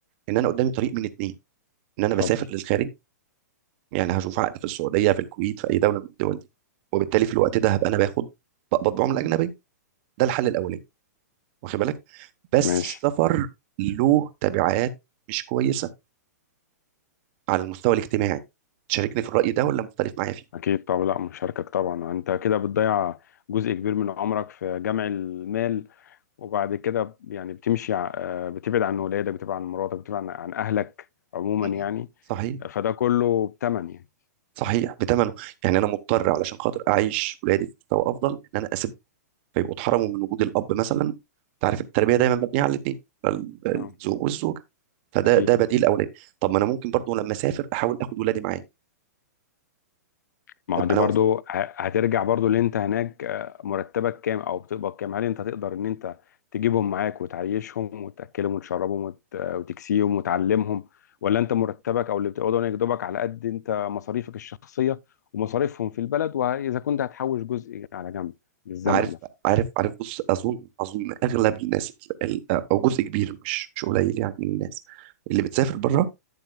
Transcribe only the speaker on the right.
ان انا قدامي طريق من اتنين ان انا
بسافر للخارج يعني هشوف عقد في السعوديه في الكويت في اي دوله من الدول دي وبالتالي في الوقت ده هبقى انا باخد بقبض بعمله اجنبيه ده الحل الاولاني واخد بالك بس
السفر له تبعات مش كويسه على المستوى الاجتماعي تشاركني في الراي ده ولا مختلف معايا فيه
م-
م. صحيح
صحيح بتمنه يعني انا مضطر علشان خاطر اعيش ولادي في مستوى افضل ان انا اسيب فيبقوا اتحرموا من وجود الاب مثلا انت عارف التربيه دايما مبنيه على الاثنين
الزوج والزوجه فده
ده بديل اولاني طب ما انا ممكن برضو لما اسافر احاول اخد ولادي معايا
ابقى
انا
وف...
عارف
عارف عارف بص اظن اظن اغلب الناس ال- او جزء كبير مش مش قليل يعني من الناس اللي بتسافر بره